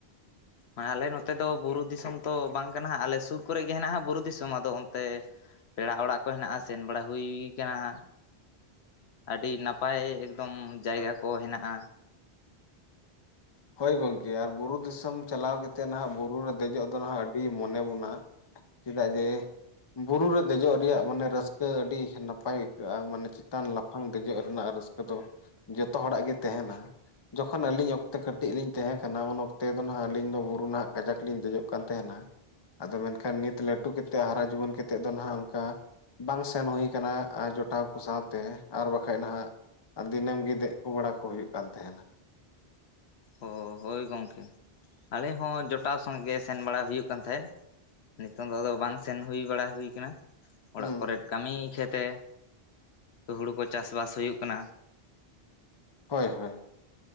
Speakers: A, on the left; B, on the left.
A: ᱟ ᱟᱞᱮ ᱱᱚᱛᱮ ᱫᱚ ᱵᱩᱨᱩ ᱫᱤᱥᱚᱢ ᱛᱚ ᱵᱟᱝ ᱠᱟᱱ ᱦᱟᱸᱜ ᱟᱞᱮ ᱥᱩᱨ ᱠᱚᱨᱮ ᱜᱮ ᱦᱮᱱᱟᱜᱼᱟ ᱦᱟᱸᱜ ᱵᱩᱨᱩ ᱫᱤᱥᱚᱢ ᱟᱫᱚ ᱚᱱᱛᱮ ᱯᱮᱲᱟ ᱚᱲᱟᱜ ᱠᱚ ᱦᱮᱱᱟᱜᱼᱟ ᱥᱮᱱ ᱵᱟᱲᱟ ᱦᱩᱭ ᱠᱟᱱᱟ ᱦᱟᱸᱜ᱾ ᱟᱹᱰᱤ ᱱᱟᱯᱟᱭ ᱮᱠᱫᱚᱢ ᱡᱟᱭᱜᱟ ᱠᱚ ᱦᱮᱱᱟᱜᱼᱟ᱾
B: ᱦᱳᱭ ᱜᱚᱝᱠᱮ ᱟᱨ ᱵᱩᱨᱩ ᱫᱤᱥᱚᱢ ᱪᱟᱞᱟᱣ ᱠᱟᱛᱮᱫ ᱱᱟᱦᱟᱭᱜ ᱵᱩᱨᱩ ᱨᱮ ᱫᱮᱡᱚᱜ ᱫᱚ ᱱᱟᱦᱟᱸᱜ ᱟᱹᱰᱤ ᱢᱚᱱᱮ ᱵᱚᱱᱟ᱾ ᱪᱮᱫᱟᱜ ᱡᱮ ᱵᱩᱨᱩ ᱨᱮ ᱫᱮᱡᱚᱜ ᱨᱮᱭᱟᱜ ᱢᱟᱱᱮ ᱨᱟᱹᱥᱠᱟᱹ ᱟᱹᱰᱤ ᱱᱟᱯᱟᱭ ᱟᱹᱭᱠᱟᱹᱜᱼᱟ ᱢᱟᱱᱮ ᱪᱮᱛᱟᱱ ᱞᱟᱯᱷᱟᱝ ᱫᱮᱡᱚᱜ ᱨᱮᱱᱟᱜ ᱨᱟᱹᱥᱠᱟᱹ ᱠᱚᱫᱚ ᱡᱚᱛᱚ ᱦᱚᱲᱟᱜ ᱜᱮ ᱛᱮᱦᱮᱸᱱᱟ ᱡᱚᱠᱷᱚᱱ ᱟᱹᱞᱤᱧ ᱚᱠ ᱠᱟᱹᱴᱤᱡ ᱞᱤᱧ ᱛᱟᱦᱮᱸ ᱠᱟᱱᱟ ᱩᱱ ᱚᱠᱛᱮ ᱫᱚ ᱱᱷᱟᱜ ᱟᱹᱞᱤᱧ ᱫᱚ ᱵᱩᱨᱩ ᱱᱟᱦᱟᱸᱜ ᱠᱟᱡᱟᱠ ᱞᱤᱧ ᱫᱮᱡᱚᱜ ᱠᱟᱱ ᱛᱟᱦᱮᱱᱟ᱾ ᱟᱫᱚ ᱢᱮᱱᱠᱷᱟᱱ ᱱᱤᱛ ᱞᱟᱹᱴᱩ ᱠᱟᱛᱮᱫ ᱦᱟᱨᱟ ᱡᱩᱣᱟᱹᱱ ᱠᱟᱛᱮᱫ ᱫᱚ ᱱᱟᱦᱟᱸᱜ ᱚᱱᱠᱟ ᱵᱟᱝ ᱥᱮᱱ ᱦᱩᱭ ᱠᱟᱱᱟ ᱡᱚᱴᱟᱣ ᱠᱚ ᱥᱟᱶᱛᱮ ᱟᱨ ᱵᱟᱠᱷᱟᱡ ᱱᱟᱦᱟᱸᱜ ᱟᱨ ᱫᱤᱱᱟᱹᱢ ᱜᱮ ᱫᱮᱡ ᱠᱚ ᱵᱟᱲᱟ ᱠᱚ ᱦᱩᱭᱩᱜ ᱠᱟᱱ ᱛᱟᱦᱮᱸᱱᱟ᱾
A: ᱚ ᱦᱳᱭ ᱜᱚᱢᱠᱮ ᱟᱞᱮ ᱦᱚᱸ ᱡᱚᱴᱟᱣ ᱥᱚᱸᱜᱮ ᱜᱮ ᱥᱮᱱ ᱵᱟᱲᱟᱭ ᱦᱩᱭᱩᱜ ᱠᱟᱱ ᱛᱟᱦᱮᱸᱫ ᱱᱤᱛᱚᱝ ᱫᱚ ᱟᱫᱚ ᱵᱟᱝ ᱥᱮᱱ ᱦᱩᱭ ᱵᱟᱲᱟ ᱦᱩᱭ ᱟᱠᱟᱱᱟ ᱚᱲᱟᱜ
B: ᱦᱩᱸ
A: ᱠᱚᱨᱮᱫ ᱠᱟᱹᱢᱤ ᱤᱠᱷᱟᱹᱛᱮ ᱦᱩᱲᱩ ᱠᱚ ᱪᱟᱥᱵᱟᱥ ᱦᱩᱭᱩᱜ ᱠᱟᱱᱟ
B: ᱦᱳᱭ ᱦᱳᱭ